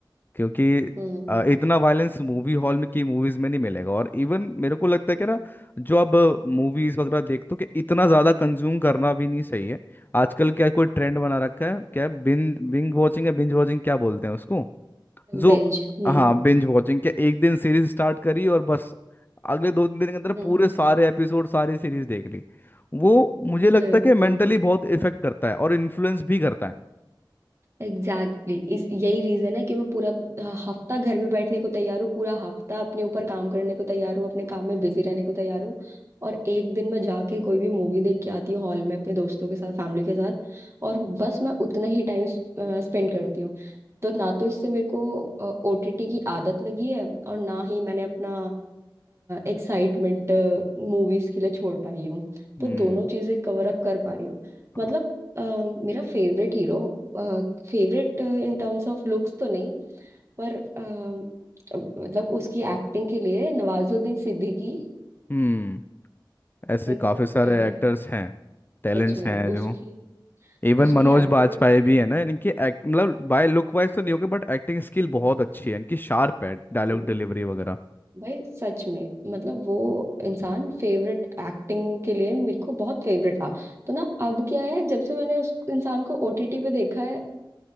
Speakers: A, on the left; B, on the right.
A: क्योंकि
B: हम्म
A: अ, इतना वायलेंस मूवी हॉल में की मूवीज में नहीं मिलेगा और इवन मेरे को लगता है कि ना जो अब मूवीज वगैरह देखते हो कि इतना ज्यादा कंज्यूम करना भी नहीं सही है आजकल क्या कोई ट्रेंड बना रखा है क्या बिंज बिंज वॉचिंग है बिंज वॉचिंग क्या बोलते हैं उसको जो
B: बेंज हम्म
A: हाँ
B: binge,
A: बिंज वॉचिंग क्या एक दिन सीरीज स्टार्ट करी और बस अगले दो तीन दिन के अंदर
B: हम्म
A: पूरे सारे एपिसोड सारी सीरीज देख ली वो
B: हम्म,
A: मुझे लगता
B: बिल्कुल
A: है कि मेंटली बहुत इफेक्ट करता है और इन्फ्लुएंस भी करता है
B: Exactly exactly. इस यही रीजन है कि मैं पूरा ह- हफ्ता घर में बैठने को तैयार हूँ पूरा हफ्ता अपने ऊपर काम करने को तैयार हूँ अपने काम में बिजी रहने को तैयार हूँ और एक दिन मैं जाके कोई भी मूवी देख के आती हूँ हॉल में अपने दोस्तों के साथ फैमिली के साथ और बस मैं उतना ही टाइम स्पेंड करती हूँ तो ना तो इससे मेरे को ओटीटी की आदत लगी है और ना ही मैंने अपना एक्साइटमेंट मूवीज के लिए छोड़ पाई हूँ
A: हम्म
B: तो दोनों चीजें कवर अप कर पा रही हूँ
A: हाँ,
B: मतलब अ, मेरा favourite hero favourite in terms of looks तो नहीं पर अ, अ, मतलब उसकी एक्टिंग के लिए नवाजुद्दीन सिद्दीकी
A: हम्म ऐसे
B: लाइक
A: काफी सारे
B: टैलेंट
A: एक्टर्स हैं टैलेंट्स
B: सच में
A: हैं
B: उसकी
A: जो इवन
B: उसकी
A: मनोज
B: एक्टिंग
A: बाजपेयी भी है ना इनकी act- मतलब बाय लुक वाइज तो नहीं होगी बट एक्टिंग स्किल बहुत अच्छी है इनकी शार्प है डायलॉग
B: भाई
A: डिलीवरी वगैरह
B: भाई सच में मतलब वो इंसान फेवरेट एक्टिंग के लिए मेरे को बहुत फेवरेट था तो ना अब क्या है जब से मैंने उस इंसान को ओटीटी पे देखा है